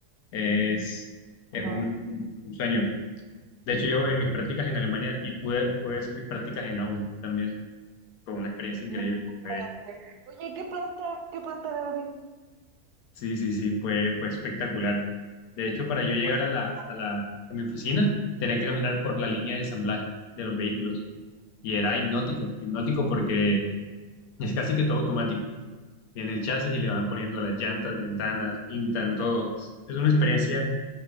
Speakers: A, on the left; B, on the right.
A: es, es
B: Ajá.
A: un, un sueño. De hecho, yo en mis prácticas en Alemania y pude, pude hacer mis prácticas en Audi también. Fue una experiencia increíble.
B: No, hombre.
A: Fue-
B: Oye, ¿qué planta? ¿Qué planta de
A: sí, sí, sí, fue, fue espectacular. De hecho, para yo llegar
B: Oye,
A: a la,
B: pero.
A: a la, a mi oficina, tenía que caminar por la línea de ensamblaje de los vehículos. Y era hipnótico, hipnótico porque es casi que todo automático. Viene el chasis y le van poniendo las llantas, ventanas, pintan todo. es es una experiencia